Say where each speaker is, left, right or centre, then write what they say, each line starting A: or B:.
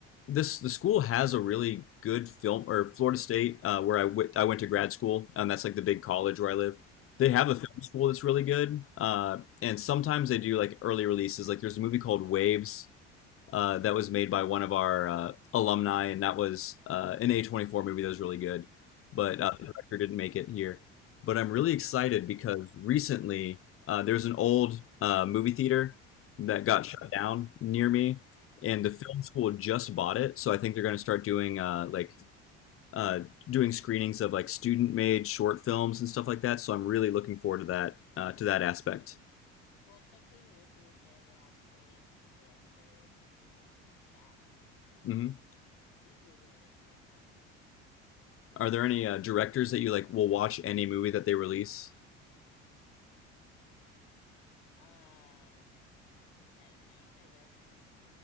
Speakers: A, on the left (about 40°); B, on the left (about 75°).
A: this the school has a really good film or Florida State uh, where I went I went to grad school and that's like the big college where I live. They have
B: Mm,
A: a film school that's really good, uh, and sometimes they do like early releases. Like there's a movie called Waves uh, that was made by one of our uh, alumni, and that was uh, an A24 movie that was really good, but
B: mm-hmm,
A: uh, the director didn't make it here. But I'm really excited because recently uh, there's an old uh, movie theater that got
B: mm-hmm,
A: shut down near me, and the
B: mm-hmm.
A: film school just bought it, so I think they're going to start doing uh, like uh, doing screenings of like student-made short films and stuff like that. So I'm really looking forward to that uh, to that aspect.
B: Well, check the university if they ever have screenings with directors and um, chats.
A: hmm
B: It's, usually universities have those things.
A: Are there any uh, directors that you like will watch any movie that they release?
B: Um, right now, I guess.